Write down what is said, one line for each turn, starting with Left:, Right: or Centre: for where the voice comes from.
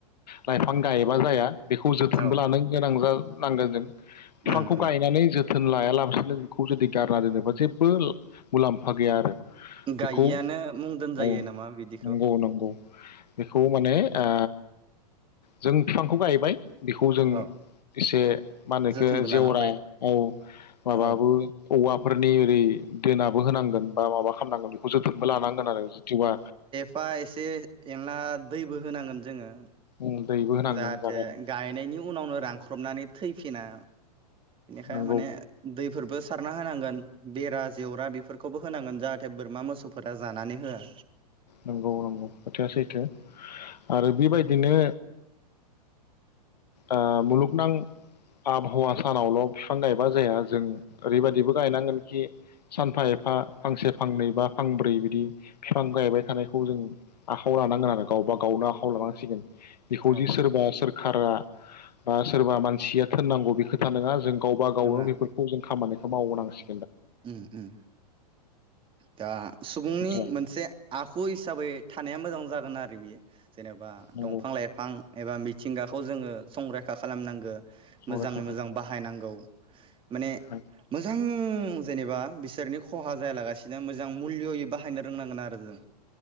Left: लाइफां गायोबा जाया बेखौ जोथोनबो
Right: औ
Left: लानो गोनां जा नांगोन जों बिफांखौ
Right: उम उम
Left: गायनानै जोथ थोन लायालाबासिनो बेखौ जुदि गारना दोनोबा जेबो ला-मुलाम्फा गैया आरो
Right: गायिआनो
Left: बेखौ
Right: मुंदों जायो
Left: औ
Right: नामा बिदि
Left: नंगौ नंगौ बेखौ माने ओ जों फिफांखौ गायबाय बेखौ जों
Right: औ
Left: एसे मा होनो एखो
Right: जोथोनबो लानांबाय
Left: जेवरा औ माबाबो
Right: औ
Left: औवाफोरनि ओरै दोनाबो होनांगोन बा माबा खामनांगोन जोथोनबो लानांगोन आरो जिथिबा
Right: बा एसे एना दैबो होनांगोन जोङो
Left: उम दैबो होनांगोन
Right: जाहाथे
Left: जागायनांगोन
Right: गायनायनि उनावनो रानख्रबनानै थैफिना इनिखाय
Left: नंगौ
Right: माने दैफोरबो सारना होनांगोन बेरा जेवरा बेफोर खौबो होनांगोन जाहाथे बोरमा मोसौफोरा जानानै होआ
Left: नंगौ नंगौ खोथाया सैथो आरो बेबायदिनो ओह मुलुगनां आबहावा सानावल फिफां गायबा जाया जों ओरैबायदिबो गायनांगोनखि सानफा एफा फांसे फांनै बा फांब्रै बिदि फिफां गायबाय थानायखौ जों आखायाव लानांगोन आरो गावबा गावनो आखायाव लानांसिगोन बेखौ
Right: औ
Left: जि सोरबा सोर खारा ओ सोरबा मानसिया थोननांगौ बे खोथा नोङा जों गावबा गावो
Right: नङा
Left: बेफोरखौ जों खामानि मावनांसि
Right: उम उम दा सुबुंनि
Left: खोथाया
Right: मोनसे आखु हिसाबै थानाया मोजां जागोन आरो बेयो जेनेबा
Left: नंगौ
Right: दंफां लाइफां एबा मिथिंगा खौ जोङो संरैखा खालामनांगो
Left: संरैखा
Right: मोजाङै मोजां बाहायनांगौ <inaudible> माने
Left: खालाम
Right: मोजां जेनेबा बिसोरनि खहा जायालागासिनो मोजां मुल्ययै बाहायनो रोंनांगोन आरो जों